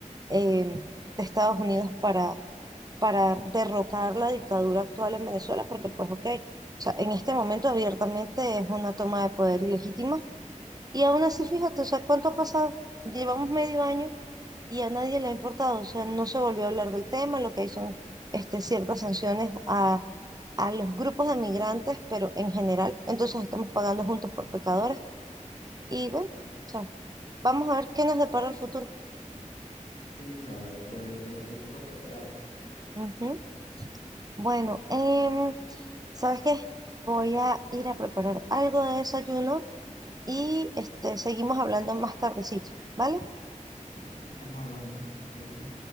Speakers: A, on the right (about 30°); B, on the left (about 65°).
A: eh, de Estados Unidos para, para derrocar la dictadura actual en Venezuela, porque pues ok, o sea, en este momento abiertamente es una toma de poder ilegítima. Y aún así, fíjate, o sea, ¿cuánto ha pasado? Llevamos medio año y a nadie le ha importado, o sea, no se volvió a hablar del tema, lo que hay son este, ciertas sanciones a, a los grupos de migrantes, pero en general, entonces estamos pagando juntos por pecadores y bueno, o sea, vamos a ver qué nos depara el futuro.
B: Sí, claro, hay que ver, hay, hay, toca esperar.
A: Ujú. Bueno, em, ¿sabes qué? Voy a ir a preparar algo de desayuno y este, seguimos hablando más tardecito, ¿vale?
B: Vale, estamos hablando, chaito.